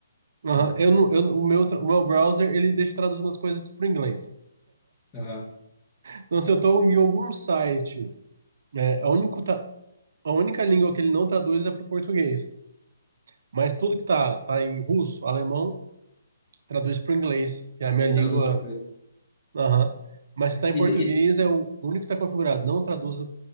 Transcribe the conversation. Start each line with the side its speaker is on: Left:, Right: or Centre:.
Right: Aham,
Left: Ah,
Right: Eu não, eu, o meu, tra- o meu browser, ele deixa traduzindo as coisas para inglês.
Left: ah,
Right: Então, se eu estou em algum site, é, a única, ta- a única língua que ele não traduz é para o português. Mas tudo que tá, tá em russo, alemão, traduz para o inglês, que é a minha
Left: ele
Right: língua.
Left: traduz para inglês.
Right: Aham. Mas se está em
Left: E,
Right: português,
Left: te, e,
Right: é o único que está configurado. Não traduza